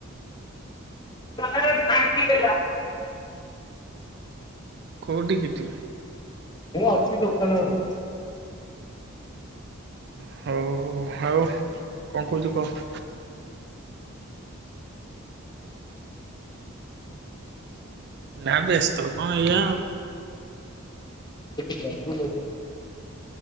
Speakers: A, on the left; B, on the right.
A: <unintelligible> <unintelligible>
B: କୋଉଠି କି ତୁ?
A: ମୁଁ ଅଛି ଦୋକାନରେ ଏବେ।
B: ହଉ ଆଉ କଣ କହୁଛୁ କହ? ନା ବ୍ୟସ୍ତ କଣ ଏଇଆ।
A: <unintelligible>